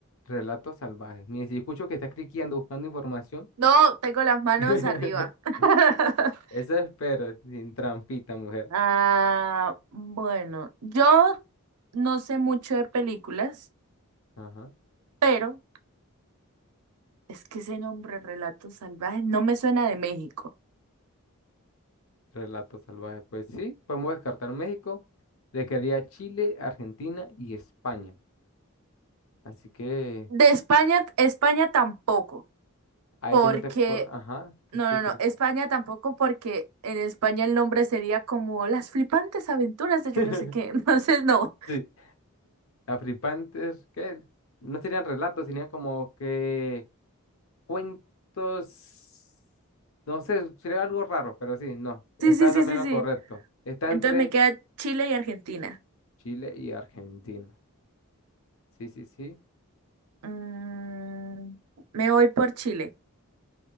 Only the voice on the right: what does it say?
No, tengo las manos
arriba. <laughs>
Ah, bueno, yo no sé mucho de películas,
pero es que ese nombre, relatos salvajes, no me suena de México.
De España, España tampoco,
porque,
no,
no, no, España tampoco, porque en España el nombre sería como Las flipantes aventuras
de yo no sé qué. <laughs> Entonces, no.
Sí, sí, sí,
sí,
sí.
Entonces
me queda Chile y Argentina.
Mm, me voy por Chile.